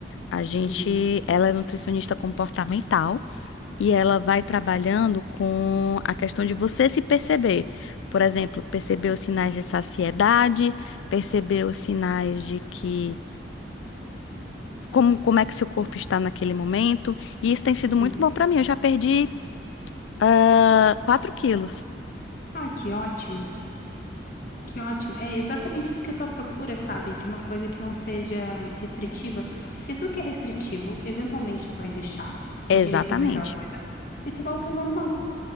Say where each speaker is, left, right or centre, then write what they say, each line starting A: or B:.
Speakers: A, on the left; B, on the left.
A: A gente,
B: Uhum.
A: ela é nutricionista comportamental e ela vai trabalhando com a questão de você se perceber. Por exemplo, perceber os sinais de saciedade, perceber os sinais de que como, como é que seu corpo está naquele momento. E isso tem sido
B: Uhum.
A: muito bom para mim. Eu já perdi, ah, 4 quilos.
B: Ai, que ótimo, que ótimo. É exatamente isso que eu tô à procura, sabe? De uma coisa que não seja restritiva. Porque tudo que é restritivo, eventualmente tu vai deixar de
A: Exatamente.
B: querer fazer aquela coisa e tu volta ao normal.